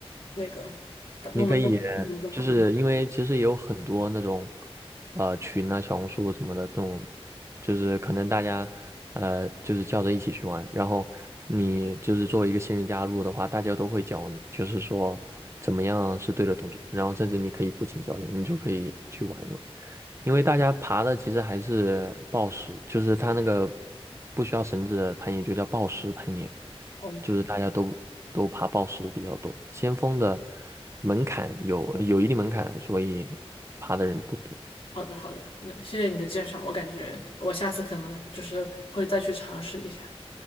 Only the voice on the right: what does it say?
你可以，
就是因为其实有很多那种，呃，群啊、小红书什么的，这种就是可能大家，呃，就是叫着一起去玩，然后你就是作为一个新人加入的话，大家都会教你，就是说怎么样是对的动作，然后甚至你可以不请教练，你就可以去玩一玩。因为大家爬的其实还是抱石，就是它那个不需要绳子的攀岩就叫抱石攀岩，
就是大家都都爬抱石比较多。先锋的门槛有有一定门槛，所以爬的人不多。